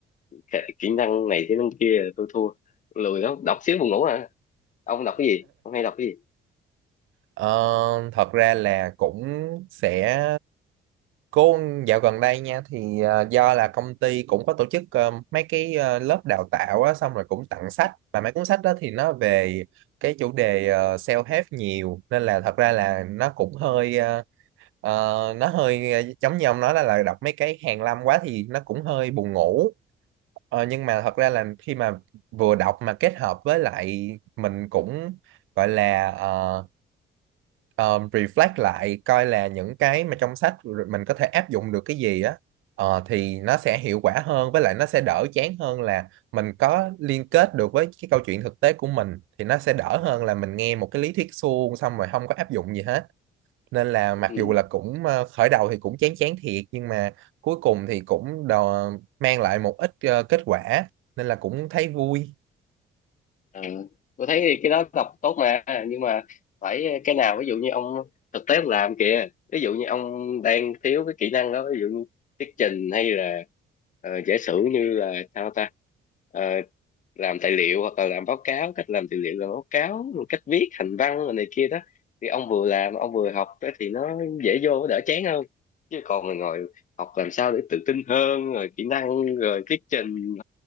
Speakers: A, on the left (about 40°); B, on the right (about 80°).
A: kỹ kỹ năng này kỹ năng kia tôi thua lười lắm đọc xíu buồn ngủ à ông đọc cái gì ông hay đọc cái gì
B: ờ, thật ra là cũng sẽ Cô dạo gần đây nha thì ờ, do là công ty cũng có tổ chức ờ, mấy cái ờ, lớp đào tạo á, xong rồi cũng tặng sách và mấy cuốn sách đó thì nó về cái chủ đề ờ, self-help nhiều nên là thật ra là nó cũng hơi ờ, ờ, nó hơi ờ, giống như ông nói là, là đọc mấy cái hàn lâm quá thì nó cũng hơi buồn ngủ Ờ, nhưng mà thật ra là khi mà vừa đọc mà kết hợp với lại mình cũng gọi là ờ, um, reflect lại coi là những cái mà trong sách rồi mình có thể áp dụng được cái gì á ờ, thì nó sẽ hiệu quả hơn với lại nó sẽ đỡ chán hơn là mình có liên kết được với cái câu chuyện thực tế của mình thì nó sẽ đỡ hơn là mình nghe một cái lý thuyết suông xong rồi không có áp dụng gì hết nên là mặc
A: ừ.
B: dù là cũng ờ, khởi đầu thì cũng chán chán thiệt nhưng mà cuối cùng thì cũng đò, mang lại một ít ờ, kết quả nên là cũng thấy vui
A: Ờ, tôi thấy thì cái đó đọc tốt mà nhưng mà phải cái nào ví dụ như ông thực tế ông làm kìa ví dụ như ông đang thiếu cái kỹ năng đó ví dụ như thuyết trình hay là ờ, giả sử như là sao ta Ờ, làm tài liệu hoặc là làm báo cáo cách làm tài liệu làm báo cáo rồi cách viết hành văn rồi này kia đó thì ông vừa làm ông vừa học đó thì nó dễ vô nó đỡ chán hơn chứ còn ngồi ngồi học làm sao để tự tin hơn rồi kỹ năng rồi thuyết trình